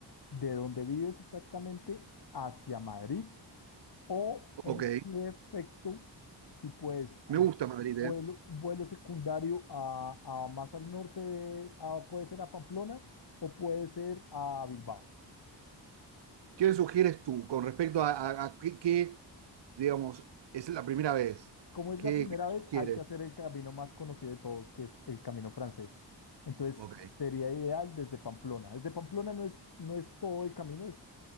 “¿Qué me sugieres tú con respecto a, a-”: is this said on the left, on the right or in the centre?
Right